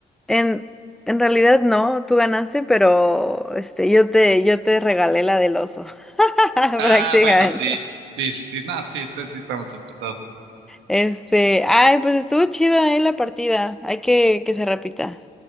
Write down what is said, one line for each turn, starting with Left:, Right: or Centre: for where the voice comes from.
Centre: en, en realidad no, tú ganaste, pero este, yo te, yo te regalé la del oso, <laughs>
Right: Ah,
Centre: prácticamente.
Right: bueno, sí, sí, sí, sí, no, sí, entonces sí estamos empatados.
Centre: Este, ay, pues estuvo chida, eh, la partida. Hay que que se repita.